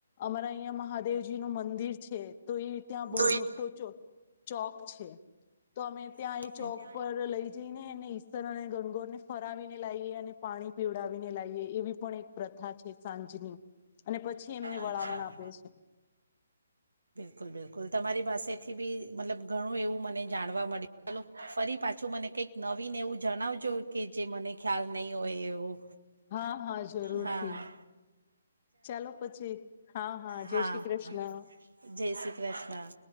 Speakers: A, on the left; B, on the right.
A: અમારા મહાદેવજી નું મંદિર છે. તો ઈ ત્યાં
B: હમ
A: બઉ મોટો છો. ચોક છે તો અમે ત્યાં
B: બિલકુલ.
A: એ ચોક પર લઈ જઈને ઈસર અને ગંગોર ને ફરાવીને લાવએ અને પાણી પીવડાવીને લાવએ એવી પણ એક પ્રથા છે સાંજની. અને પછી એમને વળામણ
B: અચ્છા
A: આપે છે.
B: <unintelligible> તમારી પાસેથી બી મતલબ ઘણું એવું મને જાણવા મળ્યું ચલો ફરી પાછું મને કંઈક નવીન એવું જણાવજો કે જે મને ખ્યાલ નહીં હોય એવું.
A: હા હા જરૂરથી
B: હા
A: ચાલો પછી હા જય
B: હા
A: શ્રી
B: હ
A: કૃષ્ણ
B: જય શ્રી કૃષ્ણ.